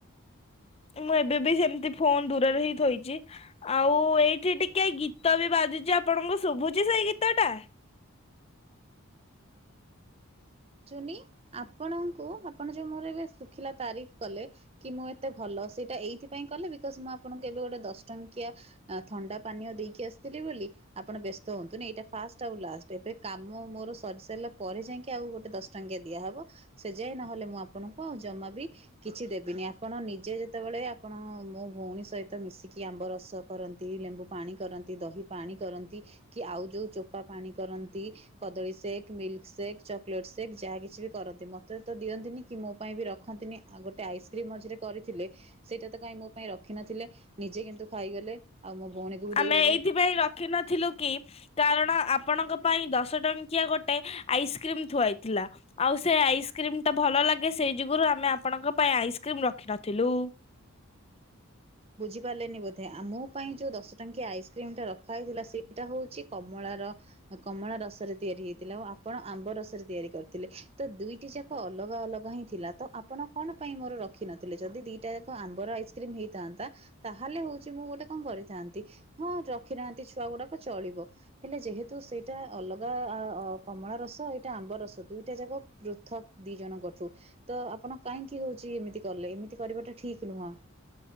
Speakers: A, on the left; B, on the right.
A: ମୁଁ ଏବେ ବି ସେମିତି ଫୋନ ଦୂରରେ ହିଁ ଥୋଇଛି ଆଉ ଏଇଠି ଟିକେ ଗୀତ ବି ବାଜୁଛି ଆପଣଙ୍କୁ ଶୁଭୁଛି ସେଇ ଗୀତ ଟା।
B: ନି ଆପଣଙ୍କୁ ଆପଣ ଯୋଉ ମୋର ଏବେ ଶୁଖିଲା ତାରିଫ କଲେ କି ମୁଁ ଏତେ ଭଲ ସେଇଟା ଏଇଥିପାଇଁ କଲେ ବିକଜ ମୁଁ ଆପଣଙ୍କୁ ଏବେ ଗୋଟେ ଦଶ ଟଙ୍କିଆ ଥଣ୍ଡା ପାନୀୟ ଦେଇକି ଆସିଥିଲି ବୋଲି ଆପଣ ବ୍ୟସ୍ତ ହୁଅନ୍ତୁନି ଏଇଟା ଫାଷ୍ଟ ଆଉ ଲାଷ୍ଟ ଏବେ କାମ ମୋର। ସରି ସାରିଲା ପରେ ଯାଇକି ଆଉ ଗୋଟେ ଦଶ ଟଙ୍କିଆ ଦିଆହବ। ସେ ଯାଏ ନହେଲେ ମୁଁ ଆପଣଙ୍କୁ ଆଉ ଜମା ବି କିଛି ଦେବିନି ଆପଣ ନିଜେ ସେତେବେଳେ ଆପଣ ମୋ ଭଉଣୀ ସହିତ ମିଶିକି ଆମ୍ବ ରସ କରନ୍ତି ଲେମ୍ବୁ ପାଣି କରନ୍ତି ଦହି ପାଣି କରନ୍ତି କି ଆଉ ଯେଉଁ ଚୋପା ପାଣି କରନ୍ତି କଦଳୀ ମିଲ୍କ ସେକ୍ ଚକୋଲେଟ ସେକ୍ ଯାହା କିଛି ବି କରନ୍ତି ମତେ ତ ଦିଅନ୍ତିନି କି ମୋ ପାଇଁ ବି ରଖନ୍ତିନି ଆଉ ଗୋଟେ ଆଇସ୍କ୍ରିମ ମଝିରେ କରିଥିଲେ ସେଇଟା ତ କାଇହିଁ ମୋ ପାଇଁ ରଖିନଥିଲେ ନିଜେ କିନ୍ତୁ ଖାଇଗଲେ। ଆଉ ମୋ ଭଉଣୀକୁ ବି
A: ଆମେ
B: ଦେଇଗଲେ
A: ଏଇଥିପାଇଁ ରଖି ନଥିଲୁ କି କାରଣ ଆପ ଆପଣଙ୍କ ପାଇଁ ଦଶ ଟଙ୍କିଆ ଗୋଟେ ଆଇସ୍କ୍ରିମ୍ ଥୁଆହେଇଥିଲା ଆଉ ସେ ଆଇସ୍କ୍ରିମ୍ ଟା ଭଲ ଲାଗେ ସେଇ ଯୁଗୁରୁ ଆମେ ଆପଣଙ୍କ ପାଇଁ ଆଇସ୍କ୍ରିମ୍ ରଖି ନଥିଲୁ।
B: ବୁଝି ପାରଲେନି ବୋଧେ ଆ ମୋ ପାଇଁ ଯୋଉ ଦଶଟାଙ୍କିଆ ଆଇସ୍କ୍ରିମ୍ ଟା ରଖା ହେଇଥିଲା ସେଇଟା ହଉଚି କମଳାର କମଳା ଅ ରସରେ ତିଆରି ହେଇଥିଲା ଓ ଆପଣ ଆମ୍ବ ରସରେ ତିଆରି କରିଥିଲେ ତ ଦିଇଟି ଯାକ ଅଲଗା ଅଲଗା ହିଁ ଥିଲା ତ ଆପଣ କଣ ପାଇଁ ମୋର ରଖିିନଥିଲେ ଯଦି ଦିଟା ଯାକ ଆମ୍ବର ଆଇସ୍କ୍ରିମ ହେଇଥାଁ ତା ତାହେଲେ ହଉଚି ମୁଁ ଗୋଟେ କଁ କରିଥାଆନ୍ତି ହଁ ରଖିନାହାନ୍ତି ଛୁଆ ଗୁଡ଼ାକ ଚଳିବ ହେଲେ ଯେହେତୁ ସେଇଟା ଅଲଗା ଅ-ଅ କମଳା ରସ ଏଇଟା ଆମ୍ବ ରସ ଦୁଇଟା ଯାକ ପୃଥକ ଦି ଜଣଙ୍କଠୁ ତ ଆପଣ କାହିଁକି ହୋଉଚି ଏମିତି କଲେ? ଏମିତି କରିବାଟା ଠିକ ନୁହଁ।